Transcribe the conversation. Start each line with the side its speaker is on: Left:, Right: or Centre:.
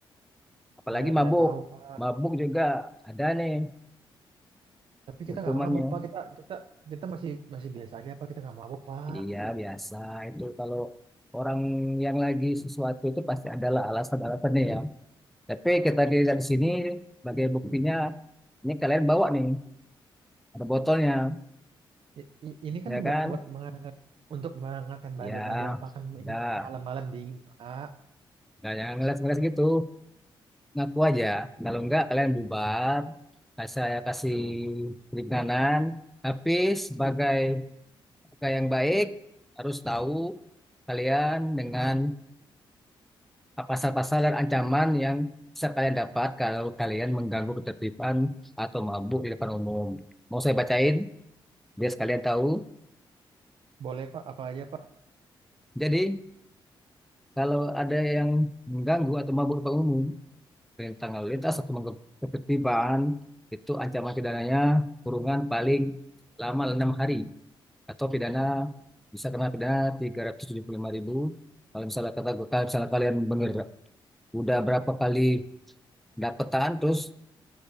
Centre: Apalagi
Right: Ya,
Centre: mabuk.
Right: ya tahu Pak.
Centre: Mabuk juga ada nih.
Right: Tapi
Centre: hukumannya.
Right: kita nggak mabuk Pak. Kita kita kita masih masih biasa aja Pak. Kita nggak mabuk Pak.
Centre: Iya, biasa. Itu kalau orang yang lagi sesuatu itu pasti adalah alasan-alasannya ya. Tapi kita dilihat di sini sebagai buktinya, ini kalian bawa nih, ada botolnya,
Right: I- i- ini
Centre: ya
Right: kan buat
Centre: kan?
Right: buat menghangat untuk menghangatkan
Centre: Ya,
Right: badan aja Pak. Kan
Centre: udah.
Right: ini malam-malam dingin Pak.
Centre: Nggak jangan ngeles-ngeles gitu. Ngaku aja. Kalau enggak, kalian bubar. Nah, saya kasih keringanan. Tapi sebagai kakak yang baik, harus tahu kalian dengan pasal-pasal dan ancaman yang bisa kalian dapat kalau kalian mengganggu ketertiban atau mabuk di depan umum. Mau saya bacain biar sekalian tahu.
Right: Boleh Pak, apa aja Pak?
Centre: Jadi, kalau ada yang mengganggu atau mabuk di depan umum, perintah lalu lintas atau mengganggu ketertiban, itu ancaman pidananya kurungan paling lama enam hari atau pidana bisa kena pidana 375.000. kalau misalnya kata kalau misalnya kalian bener udah berapa kali dapetan terus